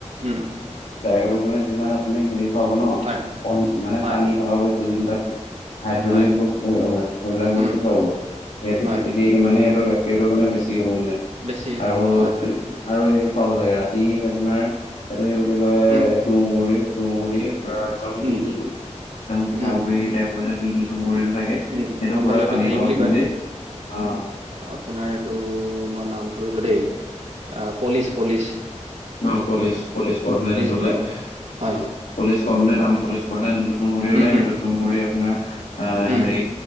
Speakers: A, on the right; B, on the left.
A: উম
B: গাই গৰুক মানে যিমান আপুনি হেৰি খুৱাব ন
A: হয়
B: মানে
A: হয়
B: পানী থকা বস্তু। হাইড্ৰলিক
A: হয়
B: বস্তু থাকিব নাই, সেইবিলাক বস্তু
A: উম
B: খুৱাব সহতে
A: হয়
B: খেতি। ইমানেই সিহঁতৰ গাখীৰটো মানে বেছি হ'ব মানে।
A: বেছি
B: আৰু
A: হয় হয় হয়
B: আৰু হেৰি খুৱাব লাগে ৰাতি আপোনাৰ এইটো কি বুলি কয়
A: উম
B: তুঁহগুৰি তুহগুৰি পুৰা একদম
A: উম
B: মিহিটো একদম পিঠাগুড়ি
A: উম
B: টাইপৰ মিহি তুঁহগুৰিটো থাকে। সেইটো
A: উম গম
B: পুৰা
A: পালোঁ এইটো
B: পানী
A: হেৰি
B: লগত
A: বুলি
B: গোলি
A: কয়
B: আহ,
A: আপোনাৰ এইটো মই নামটো ৰব দেই পলিচ-পলিচ।
B: অ, পলিচ-পলিচ কৰ্ডিনেচনটোওলাই।
A: বুলি কয় হয়
B: পলিচ কৰোতে ধান পলিচ কৰতে যোনটো তুঁহগুৰী ওলাই
A: উম উম
B: সেইটো, কৰি আপোনাৰ অ,
A: উম
B: হেৰি